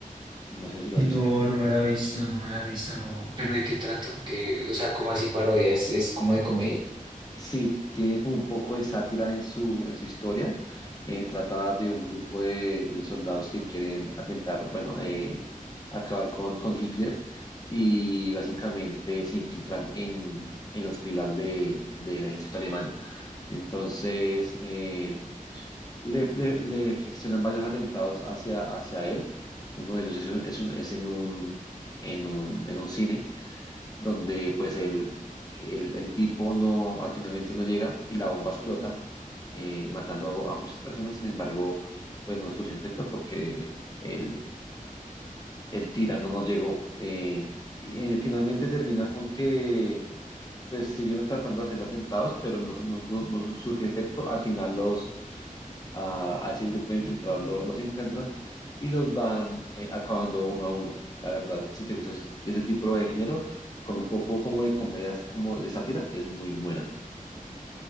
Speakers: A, on the left; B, on the right.
A: no sé si la
B: No,
A: has visto.
B: no me la he visto, no me la he visto, no. ¿Pero de qué trata? que o sea, como así parodia? ¿Es, es como de comedia?
A: Sí, tiene como un poco de sátira en su, en su historia. Eh, trata de un grupo de, de soldados que quieren atentar, bueno, eh, acabar con, con Hitler y básicamente se infiltran en, en las filas de, del ejército alemán. Entonces, eh, le, le- le gestionan varios atentados hacia, hacia él. Uno de ellos es, un- es, un- es en un, en un, en un cine donde pues el, el, el tipo no, al finalmente no llega y la bomba explota, eh, matando a muchas personas. Sin embargo, pues no surge efecto porque el, el tirano no llegó. Eh, y, eh, finalmente termina con que pues siguen tratando de hacer atentados, pero no, son- no, no- no surge efecto. Al final los a, a ese grupo de infiltrados lo- los encuentran y los van eh, acabando uno a uno. La verdad, si te gusta ese, ese tipo de género, con un poco como de comedias, como de sátira, es muy buena.